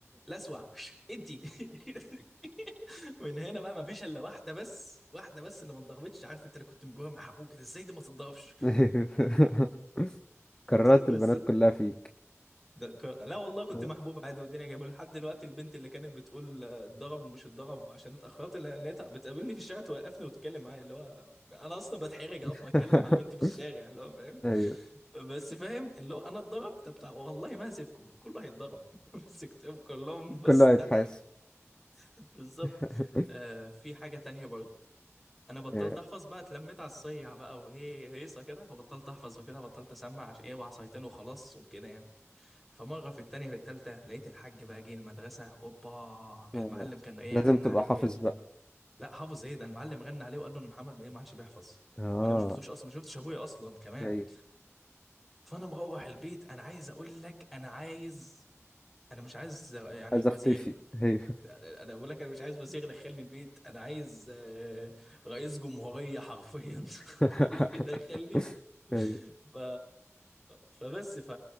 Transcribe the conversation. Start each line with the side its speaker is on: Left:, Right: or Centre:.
Centre: لا اسمع ادي <laughs> من هنا بقى ما فيش الا واحده بس واحده بس اللي ما اتضربتش عارف انت اللي كنت مجوه محروق كده ازاي دي ما تتضربش
Left: ايوه كررت
Centre: <laughs> بس
Left: البنات كلها فيك
Centre: ده ك... لا والله كنت
Left: اه.
Centre: محبوب عادي والدنيا جميله لحد دلوقتي البنت اللي كانت بتقول آه، اتضرب ومش اتضرب عشان اتاخرت لا- لقيتها بتقابلني في الشارع توقفني وتتكلم معايا اللي هو انا اصلا بتحرج
Left: <laughs>
Centre: اقف ما اتكلم مع بنتي في الشارع اللي هو فاهم
Left: ايوه
Centre: بس فاهم اللي هو انا اتضرب طب تع- والله ما هسيبكم كله هيتضرب <laughs> مسكتهم كلهم بص
Left: كله
Centre: ذبح
Left: هيتحاسب
Centre: بالظبط
Left: <laughs>
Centre: آه في حاجه تانية برضه انا بطلت
Left: آه،
Centre: احفظ بقى اتلميت على الصيع بقى وهي هيصه كده فبطلت احفظ وكده بطلت اسمع عشان ايه وعصايتين وخلاص وكده يعني فمرة في التانية في التالتة لقيت الحاج بقى جه المدرسة اوبا
Left: آه.
Centre: المعلم كان ايه
Left: لازم
Centre: غنى
Left: تبقى
Centre: عليه
Left: حافظ
Centre: وجابه
Left: بقى
Centre: لا حافظ ايه ده المعلم غنى عليه وقال له ان محمد ما ايه ما عادش بيحفظ
Left: اه
Centre: وانا ما شفتوش اصلا ما شفتش ابويا اصلا كمان
Left: ايوه
Centre: فانا مروح البيت انا عايز اقول لك انا عايز انا مش عايز يعني
Left: عايز
Centre: وزير
Left: اختفي ايوه
Centre: ده- انا بقول لك انا مش عايز وزير يدخلني البيت انا عايز آه، رئيس جمهورية حرفيا
Left: <laughs>
Centre: <laughs> يدخلني
Left: ايوه
Centre: ف... فبس ف